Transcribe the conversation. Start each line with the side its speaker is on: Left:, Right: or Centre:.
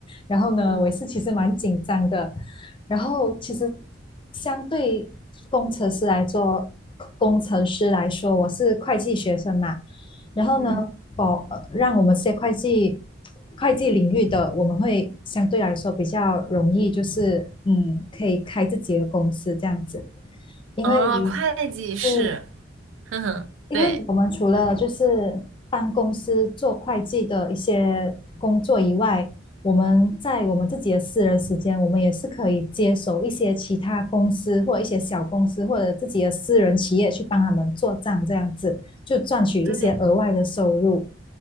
Left: 然后呢，
Right: 嗯
Left: 我也是其实蛮紧张的。然后其实相对工程师来做，工程师来说，我是会计学生嘛。然后呢，
Right: 嗯，
Left: 保呃让我们这些会计会计领域的，我们会相对来说比较容易，就是嗯，可以开自己的公司这样子。因为
Right: 啊，会计是，
Left: 嗯，
Right: <laughs> 哼哼，
Left: 因为我们除了就是帮公司做会计的一些工作以外，
Right: 对。
Left: 我们在我们自己的私人时间，我们也是可以接手一些其他公司或一些小公司或者自己的私人企业去帮他们做账，这样子就赚取一些额外的收入。
Right: 对